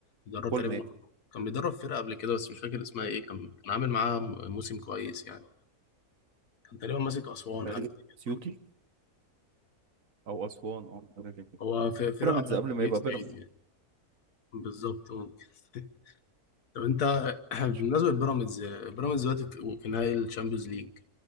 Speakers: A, on the left; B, on the right.
A: بيدرب
B: كل
A: تقريبا
B: يعني.
A: كان بيدرب فرقة قبل كده بس مش فاكر اسمها ايه كان كان عامل معاها م- موسم كويس يعني كان تقريبا ماسك أسوان
B: تقريبا
A: حاجة زي كده.
B: اسيوطي او اسوان او حاجه زي كده
A: هو في فرقة
B: بيراميدز
A: آه،
B: قبل ما
A: فريق
B: يبقى
A: صعيدي
B: بيراميدز
A: يعني بالظبط ممكن <laughs> طب انت <clears throat>
B: مش
A: بالنسبة
B: فاهم.
A: لبيراميدز بيراميدز دلوقتي في في نهائي الشامبيونز ليج